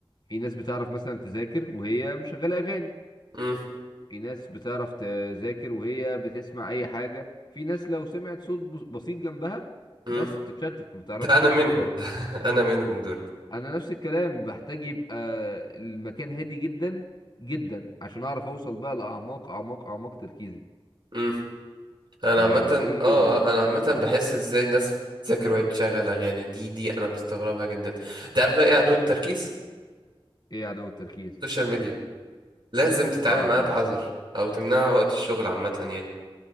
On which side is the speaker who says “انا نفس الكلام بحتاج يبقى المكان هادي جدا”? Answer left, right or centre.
Left